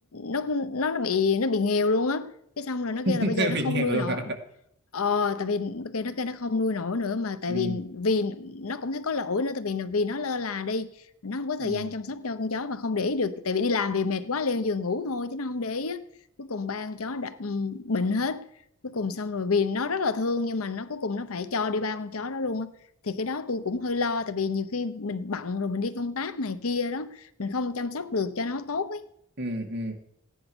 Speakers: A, on the left (about 75°); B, on the right (about 50°).
A: nó nó nó bị nó bị nghèo luôn á cái xong rồi nó
B: <laughs>
A: kêu là bây giờ nó
B: Bị
A: không
B: nghèo
A: nuôi
B: luôn
A: nổi
B: hả
A: ờ tại vì cái nó kêu nó không nuôi nổi nữa mà tại
B: ừ
A: vì vì nó cũng thấy có lỗi nữa tại vì vì nó lơ là đi nó không có thời
B: ừ
A: gian chăm sóc cho con chó và không để ý được tại vì đi làm về mệt quá leo giường ngủ thôi chứ nó không để ý á. cuối cùng ba con chó đã ừm, bệnh hết cuối cùng xong rồi vì nó rất là thương nhưng mà nó cuối cùng nó phải cho đi ba con chó đó luôn á thì cái đó tôi cũng hơi lo tại vì nhiều khi mình bận rồi mình đi công tác này kia đó mình không chăm sóc được cho nó tốt ấy
B: ừ ừ